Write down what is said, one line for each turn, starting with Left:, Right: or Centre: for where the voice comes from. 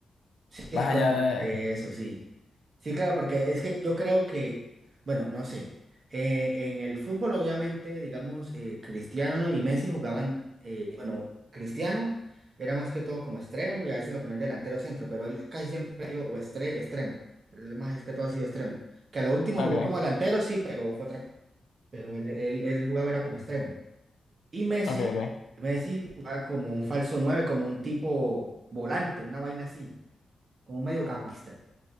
Right: Sí,
Left: Más allá
Right: como
Left: de...
Right: eh, eso, sí. Sí, claro, porque es que yo creo que, bueno, no sé, eh, en el fútbol obviamente, digamos, eh, Cristiano y Messi jugaban, eh, bueno, Cristiano era más que todo como extremo y a veces lo ponían delantero centro, pero él casi siempre ha sido o estre- extremo, él más es que todo ha sido extremo, que a lo último
Left: Ok,
Right: jugó como delantero, sí, pero fue otra cosa, pero él, él, él jugaba era como extremo. Y Messi,
Left: ok, ok.
Right: Messi jugaba como un falso 9 como un tipo volante, una vaina así, como un mediocampista